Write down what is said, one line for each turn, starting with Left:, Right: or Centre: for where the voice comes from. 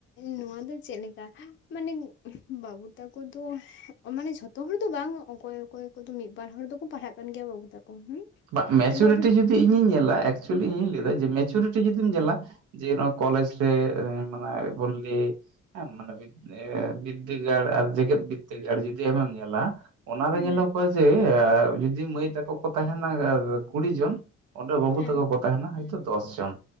Left: ᱱᱚᱣᱟ ᱫᱚ ᱪᱮᱜ ᱞᱮᱠᱟ ᱢᱟᱱᱮ ᱵᱟᱹᱵᱩ ᱛᱟᱠᱚ ᱫᱚ ᱢᱟᱱᱮ ᱡᱷᱚ ᱛᱚ ᱦᱚᱲ ᱫᱚ ᱵᱟᱝ ᱚᱠᱚᱭ ᱚᱠᱚᱭ ᱠᱚᱫᱚ ᱢᱤᱫ ᱵᱟᱨ ᱦᱚᱲ ᱫᱚᱠᱚ ᱯᱟᱲᱦᱟᱜ ᱠᱟᱱ ᱜᱮᱭᱟ ᱵᱟᱹᱵᱩ ᱛᱟᱠᱚ ᱦᱸ
Right: ᱵᱟᱝ ᱢᱮᱪᱩᱨᱤᱴᱤ
Left: ᱵᱟᱠᱤ
Right: ᱡᱩᱫᱤ ᱤᱧᱤᱧ ᱧᱮᱞᱟ ᱮᱠᱪᱩᱭᱮᱞᱤ ᱤᱧᱤᱧ ᱞᱟᱹᱭ ᱫᱟ ᱡᱮ ᱢᱮᱪᱩᱨᱤᱴᱤ ᱡᱩᱫᱤᱢ ᱧᱮᱞᱟ ᱡᱮ ᱱᱚᱣᱟ ᱠᱚᱞᱮᱡᱽ ᱨᱮ ᱢᱟᱱᱮ <unintelligible> ᱦᱮᱸ ᱢᱟᱱᱮ ᱵᱤᱫᱽᱫᱟᱹᱜᱟᱲ ᱟᱨ ᱡᱮᱜᱮᱛ ᱵᱤᱫᱽᱫᱟᱹᱜᱟᱲ ᱡᱩᱫᱤ ᱟᱢᱮᱢ ᱧᱮᱞᱟ ᱚᱱᱟᱨᱮ
Left: ᱦᱮᱸ
Right: ᱧᱮᱞᱚᱜ-ᱟ ᱡᱮ ᱡᱩᱫᱤ ᱢᱟᱹᱭ ᱛᱟᱠᱚ ᱠᱚ ᱛᱟᱦᱮᱱᱟ ᱠᱩᱲᱤ ᱡᱚᱱ ᱚᱸᱰᱮ ᱵᱟᱹᱵᱩ
Left: ᱦᱮᱸ
Right: ᱛᱟᱠᱚ ᱠᱚ ᱛᱟᱦᱮᱱᱟ ᱦᱳᱭᱛᱚ ᱫᱚᱥ ᱡᱚᱱ